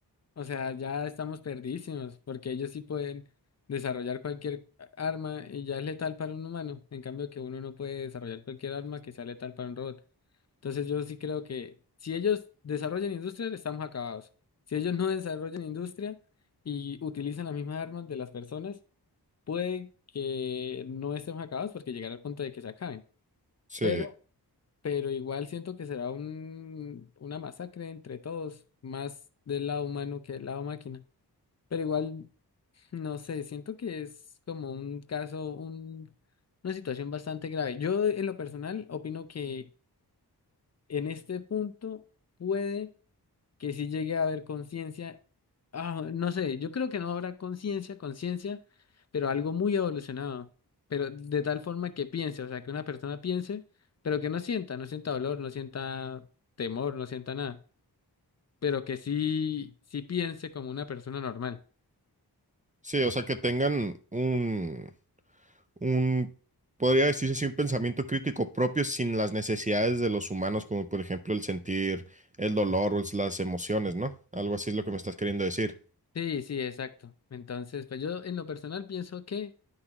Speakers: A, on the left; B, on the right.
A: o sea, ya estamos perdidísimos, porque ellos sí pueden desarrollar cualquier a- arma y ya es letal para un humano, en cambio que uno no puede desarrollar cualquier arma que sea letal para un robot. Entonces yo sí creo que si ellos desarrollan industria, estamos acabados. Si ellos no desarrollan industria, y utilizan las mismas armas de las personas, Puede que no estemos acabados porque llegará al punto de que se acaben,
B: Sí,
A: pero, pero igual siento que será un, una masacre entre todos, más del lado humano que del lado máquina. Pero igual, no sé, siento que es como un caso, un, una situación bastante grave. Yo en lo personal opino que en este punto puede que sí llegue a haber conciencia. Ah, no sé, yo creo que no habrá conciencia, conciencia, pero algo muy evolucionado, pero de tal forma que piense, o sea, que una persona piense, pero que no sienta, no sienta dolor, no sienta temor, no sienta nada, pero que sí, sí piense como una persona normal.
B: sí, o sea, que tengan un, un, podría decirse así, un pensamiento crítico propio sin las necesidades de los humanos, como por ejemplo el sentir el dolor o es- las emociones, ¿no? Algo así es lo que me estás queriendo decir.
A: Sí, sí, exacto. Entonces, pues yo en lo personal pienso que